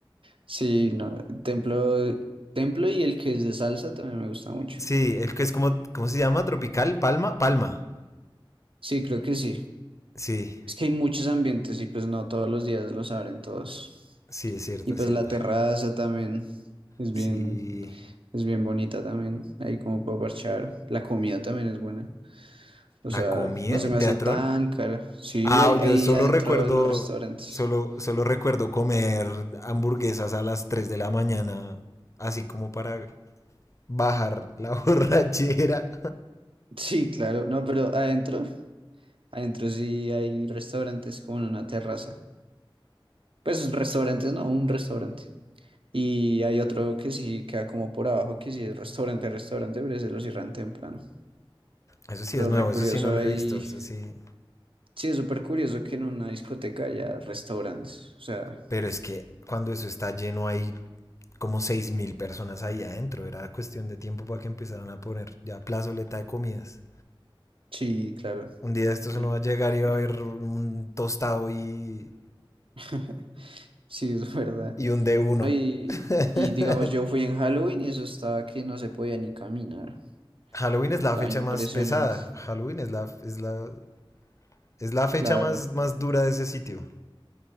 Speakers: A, on the right; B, on the left.
A: sí, no. Templo, Templo y el que es de salsa también me gusta mucho.
B: Sí, el que es como, ¿cómo se llama? Tropical, Palma, Palma.
A: Sí, creo que sí.
B: Sí,
A: Es que hay muchos ambientes y pues no todos los días los abren todos.
B: sí, es cierto,
A: Y pues
B: es cierto.
A: la terraza también es
B: Sí.
A: bien, es bien bonita también. Ahí como para parchar. La comida también es buena. O
B: La
A: sea,
B: comida
A: no se
B: en
A: me
B: Teatrón
A: hace tan cara. Sí,
B: Ah,
A: ahí,
B: yo
A: ahí
B: solo
A: adentro
B: recuerdo,
A: de los restaurantes.
B: solo,
A: <laughs>
B: solo recuerdo comer hamburguesas a las 3 de la mañana, así como para bajar la <laughs> borrachera.
A: Sí, claro. No, pero adentro, adentro sí hay restaurantes como en una terraza. Pues restaurantes, no, un restaurante. Y hay otro que sí queda como por abajo, que sí es restaurante, restaurante, pero ese lo cierran temprano.
B: Eso sí
A: Pero
B: es nuevo,
A: re curioso
B: eso sí no lo
A: ahí.
B: he visto, eso sí.
A: Sí, es súper curioso que en una discoteca haya restaurantes. O sea,
B: Pero es que cuando eso está lleno hay como 6.000 personas ahí adentro, era cuestión de tiempo para que empezaran a poner ya plazoleta de comidas.
A: sí, claro.
B: Un día de estos
A: Y,
B: uno va a llegar y
A: y-
B: va a haber un tostado y,
A: <laughs> Sí, es verdad.
B: y un de uno.
A: ¿no? Y,
B: <laughs>
A: y digamos, yo fui en Halloween y eso estaba que no se podía ni caminar.
B: Halloween es
A: Estaba
B: la fecha
A: impresionante.
B: más pesada. Halloween es la, es la, es la fecha
A: Claro.
B: más, más dura de ese sitio.